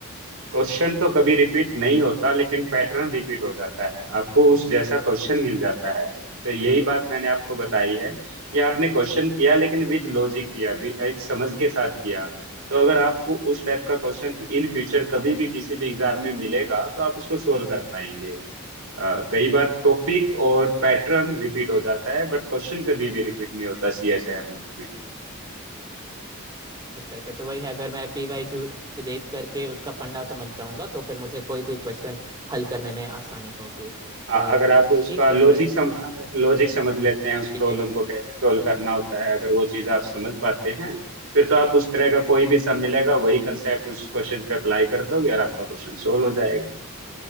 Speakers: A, on the right; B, on the right.
A: क्वेश्चन तो कभी रिपीट नहीं होता लेकिन पैटर्न रिपीट हो जाता है आपको उस जैसा क्वेश्चन मिल जाता है तो यही बात मैंने आपको बताई है कि आपने क्वेश्चन किया लेकिन विद लॉजिक किया भी- एक समझ के साथ किया तो अगर आपको उस टाइप का क्वेश्चन इन फ्यूचर कभी भी किसी भी एग्जाम में मिलेगा तो आप उसको सोल्व कर पाएंगे अ, कई बार टॉपिक और पैटर्न रिपीट हो जाता है बट क्वेश्चन कभी भी रिपीट नहीं होता सीएसआर नेट में
B: अच्छा अच्छा तो वही है अगर मैं पीवाईक्यू देख करके उसका फंडा समझ जाऊंगा तो फिर मुझे कोई भी क्वेश्चन हल करने में आसानी होगी
A: हाँ
B: अ,
A: अगर आप उसका
B: ठीक है
A: लॉजिक
B: सर
A: सम लॉजिक समझ लेते हैं उस
B: जी
A: प्रॉब्लम
B: जी
A: को कैसे सॉल्व करना होता है अगर वो चीज़ आप समझ पाते हैं फिर तो आप उस तरह का कोई भी सम मिलेगा वही कंसेप्ट उस क्वेश्चन पे अप्लाई कर दोगे और आपका क्वेश्चन सोल्व हो जाएगा